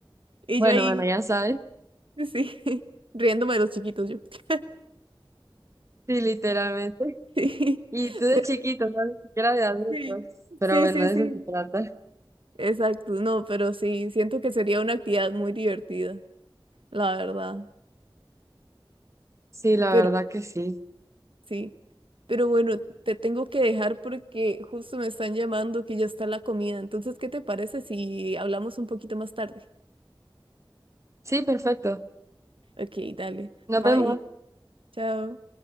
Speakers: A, on the right (about 80°); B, on the right (about 35°).
A: Y
B: Bueno,
A: yo ahí,
B: bueno, ya sabes.
A: sí, <laughs> riéndome de los chiquitos yo. <laughs>
B: Sí, literalmente.
A: Sí,
B: Y tú de
A: pero
B: chiquito, no, ni siquiera de adultos.
A: sí,
B: Pero
A: sí,
B: bueno,
A: sí,
B: de
A: sí.
B: eso se trata.
A: Exacto. No, pero sí, siento que sería una actividad muy divertida, la verdad.
B: Sí, la
A: Pero
B: verdad que sí.
A: sí. Pero bueno, te tengo que dejar porque justo me están llamando que ya está la comida. Entonces, ¿qué te parece si hablamos un poquito más tarde?
B: Sí, perfecto.
A: Ok, dale.
B: Nos
A: Bye.
B: vemos.
A: Chao.